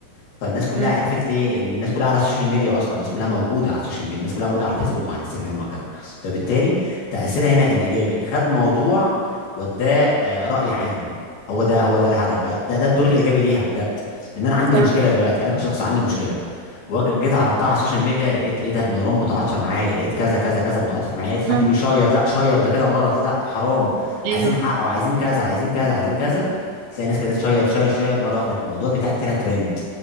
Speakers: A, on the left; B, on the right.
A: فالناس كلها
B: مم.
A: عرفت ليه لان الناس كلها على السوشيال ميديا اصلا الناس كلها موجوده على السوشيال ميديا الناس كلها موجوده على الفيسبوك وعلى الانستجرام وهكذا فبالتالي تاثيرها هنا كان ايجابي خد موضوع وداه آه، راي عام هو ده هو ده الهدف بقى ده ده الدور الايجابي ليها بجد ان انا عندي
B: صح
A: مشكله دلوقتي انا كشخص عندي مشكله وجيت جيت عرضتها على السوشيال ميديا لقيت ايه ده نيران متعاطفه معايا لقيت كذا كذا كذا متعاطف معايا لقيت
B: مم.
A: حد بيشير لا شير ده كده غلط لا حرام
B: ايوه
A: عايزين حق وعايزين كذا عايزين كذا عايزين كذا تلاقي ناس كده تشير شير شير مره واحده الموضوع بتاعك طلع ترند